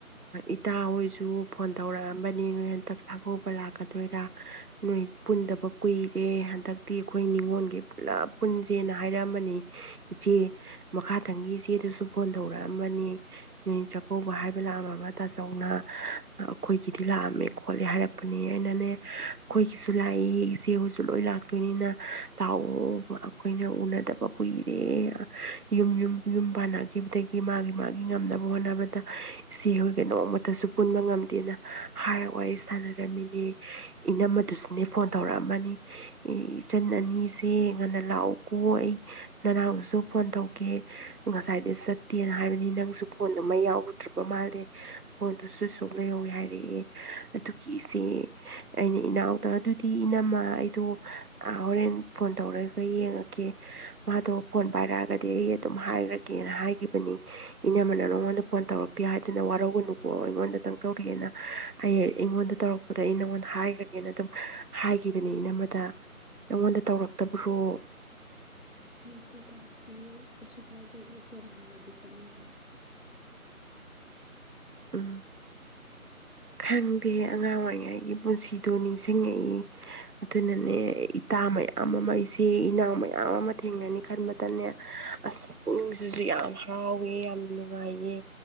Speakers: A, on the right; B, on the left.
A: ꯏꯇꯥ ꯍꯣꯏꯁꯨ ꯐꯣꯟ ꯇꯧꯔꯛꯑꯝꯕꯅꯤ ꯅꯣꯏ ꯆꯥꯛꯀꯧꯕ ꯂꯥꯛꯀꯗꯣꯏꯔꯥ ꯅꯣꯏ ꯄꯨꯟꯗꯕ ꯀꯨꯏꯔꯦ ꯍꯟꯗꯛꯇꯤ ꯑꯩꯈꯣꯏ ꯅꯤꯉꯣꯟꯜꯒꯤ ꯄꯨꯂꯞ ꯄꯨꯟꯁꯦꯅ ꯍꯥꯏꯔꯝꯕꯅꯤ ꯏꯆꯦ ꯃꯈꯥ ꯊꯪꯒꯤ ꯏꯆꯦꯗꯨꯁꯨ ꯐꯣꯟ ꯊꯧꯔꯛꯑꯃꯕꯅꯤ ꯆꯥꯛꯀꯧꯕ ꯍꯥꯏꯕ ꯂꯥꯛꯑꯝꯃꯕ ꯇꯥꯖꯧꯅ ꯑꯩꯈꯣꯏꯒꯤꯗꯤ ꯂꯥꯛꯑꯝꯃꯦ ꯈꯣꯠꯂꯦ ꯍꯥꯏꯔꯛꯄꯅꯦ ꯑꯩꯅꯅꯦ ꯑꯩꯈꯣꯏꯒꯤꯁꯨ ꯂꯥꯛꯏ ꯏꯆꯦ ꯍꯣꯏꯁꯨ ꯂꯣꯏ ꯂꯥꯛꯇꯣꯏꯅꯤꯅ ꯇꯥꯎꯑꯣꯕ ꯑꯩꯈꯣꯏꯅ ꯎꯅꯗꯕ ꯀꯨꯏꯔꯦ ꯌꯨꯝ ꯌꯨꯝ ꯌꯨꯝ ꯍꯧꯈꯤꯕꯗꯒꯤ ꯃꯥꯒꯤ ꯃꯥꯒꯤ ꯉꯝꯅꯕ ꯍꯣꯠꯅꯕꯗ ꯏꯆꯦ ꯍꯣꯏꯒ ꯅꯣꯡꯃꯇꯁꯨ ꯄꯨꯟꯕ ꯉꯝꯗꯦꯅ ꯍꯥꯏꯔꯒꯑꯣ ꯑꯩ ꯁꯥꯟꯅꯔꯝꯃꯤꯅꯦ ꯏꯅꯝꯃ ꯑꯗꯨꯁꯨꯅꯦ ꯐꯣꯟ ꯇꯧꯔꯛꯑꯃꯅꯤ ꯏ ꯏꯆꯟ ꯑꯅꯤꯁꯦ ꯉꯟꯅ ꯂꯥꯛꯎ ꯀꯣ ꯑꯩ ꯅꯔꯥꯡꯗꯨꯁꯨ ꯐꯣꯟ ꯇꯧꯒꯦ ꯉꯁꯥꯏ ꯏ ꯆꯠꯇꯦꯅ ꯍꯥꯏꯕꯅꯤ ꯅꯪꯁꯨ ꯐꯣꯟꯗꯨꯃ ꯌꯥꯎꯔꯨꯗ꯭ꯔꯤꯕ ꯃꯥꯜꯂꯦ ꯐꯣꯟꯗꯨꯁꯨ ꯁꯨ ꯂꯩꯍꯧꯋꯦ ꯍꯥꯏꯔꯛꯑꯦ ꯑꯗꯨꯒꯤ ꯏꯆꯦ ꯑꯩꯅ ꯏꯅꯥꯎꯗ ꯑꯗꯨ ꯗꯤ ꯏꯅꯝꯃ ꯑꯩꯗꯣ ꯍꯣꯔꯦꯟ ꯐꯣꯟ ꯇꯧꯔꯒ ꯌꯦꯡꯉꯒꯦ ꯃꯥꯗꯣ ꯐꯣꯟ ꯄꯥꯏꯔꯛꯑꯒꯗꯤ ꯑꯩ ꯑꯗꯨꯝ ꯍꯥꯏꯔ ꯒꯦꯅ ꯍꯥꯏꯒꯤꯈꯤꯕꯅꯤ ꯏꯅꯃꯅ ꯅꯪꯉꯣꯟꯗ ꯐꯣꯟ ꯇꯧꯔꯛꯇꯦ ꯍꯥꯏꯗꯨꯅ ꯋꯥꯔꯧꯒꯅꯨꯀꯣꯛꯑꯣ ꯑꯩꯉꯣꯟꯗꯇꯪ ꯇꯧꯔꯤꯑꯦꯅ ꯑꯩ ꯑꯩꯉꯣꯟꯗ ꯇꯧꯔꯛꯄꯗ ꯑꯩ ꯅꯪꯉꯣꯟꯗ ꯍꯥꯏꯈ꯭ꯔꯒꯦꯅ ꯑꯗꯨꯝ ꯍꯥꯏꯒꯤꯈꯤꯕꯅꯤ ꯏꯅꯝꯃꯗ ꯅꯪꯉꯣꯟꯗ ꯇꯧꯔꯛꯇꯕ꯭ꯔꯣ
B: ꯍꯣꯏ ꯏꯆꯦ ꯇꯧꯔꯛꯇꯤꯌꯦ ꯀꯩꯁꯨ ꯀꯥꯏꯗ꯭ꯔꯦꯗ ꯏꯆꯦꯅ ꯍꯥꯏꯔꯛꯑꯗꯤ ꯆꯞ ꯃꯥꯟꯅꯔꯦ
A: ꯎꯝ ꯈꯪꯗꯦ ꯑꯉꯥꯡ ꯑꯣꯏꯔꯤꯉꯩꯒꯤ ꯄꯨꯟꯁꯤꯗꯣ ꯅꯤꯡꯁꯤꯡꯉꯛꯏ ꯑꯗꯨꯅꯅꯦ ꯏꯇꯥ ꯃꯌꯥꯝ ꯑꯃ ꯑꯩꯁꯦ ꯏꯅꯥꯎ ꯃꯌꯥꯝ ꯑꯃ ꯊꯦꯡꯅꯅꯤ ꯈꯟꯕꯇꯅꯦ ꯑꯁꯤꯡꯁꯤꯁꯨ ꯌꯥꯝ ꯍꯥꯎꯋꯦ ꯌꯥꯝ ꯅꯨꯡꯉꯥꯏꯌꯦ